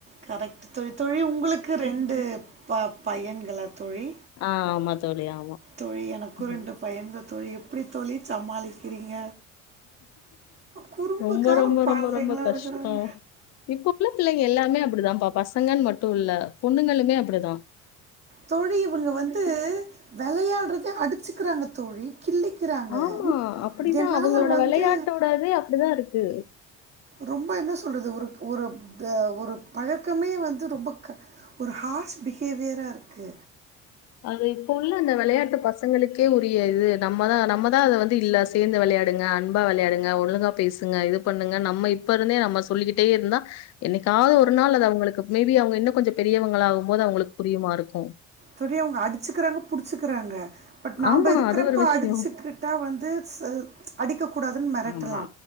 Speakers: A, on the right (about 25°); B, on the left (about 40°).
A: கரெக்ட் தோழி தோழி உங்ளுக்கு ரெண்டு ப பையன்களா தோழி
B: ஆ ஆமா தோழி, ஆமா.
A: தோழி எனக்கூ
B: ம்.
A: ரெண்டு பையன்ங்க தோழி எப்டி தோழி சமாளிக்றீங்க குறும்புக்கார
B: ரொம்ப ரொம்ப
A: பாடலைங்களா
B: ரொம்ப ரொம்ப கஷ்டோ
A: இருக்கிறாங்க
B: இப்போ உள்ள பிள்ளைங்க எல்லாமே அப்படிதாம்ப்பா பசங்கன் மட்டூ இல்ல பொண்ணுங்களுமே அப்டிதா
A: தோழி இவுங்க வந்து வெளையாட்றதே அடிச்சுக்கிறாங்கத் தோழி கிள்ளிக்கிறாங்க
B: ஆமா அப்டிதா
A: என்னால்
B: அவங்ளோட
A: வந்து
B: வெளயாட்டோடதே அப்டிதாருக் கு
A: ரொம்ப என்ன சொல்றது ஒருக் ஒருப் க ஒரு பழக்கமே வந்து ரொம்ப க் ஒரு ஹார்ஷ் பிஹேவியரா இருக்கு
B: அது இப்போ உள்ள அந்த வெளையாட்டு பசங்களுக்கே புரியாது நம்மதா நம்மதா அத வந்து இல்ல சேந்து வெளையாடுங்க அன்பா வெளையாடுங்க ஒழுங்கா பேசுங்க இது பண்ணுங்க நம்ம இப்பருந்தே நம்ம சொல்லிக்டேருந்தா என்னைக்காது ஒரு நாள் அது அவங்களுக்கு மேபி அவங்க இன்னு கொஞ்சோ பெரியவங்களா ஆகும்போது அவங்களுக்கு புரியுமா இருக்கூ
A: தோழி அவுங்க அடிச்சுக்கிறாங்க புடுச் சுக்றாங்க பட் நாம
B: ஆமா
A: இருக்றப்ப
B: அது ஒரு விஷயோ
A: அடிச்சுக்கிட்டா வந்து அடிக்கக்கூட டாதுன் மெரட்டலா
B: ஆமா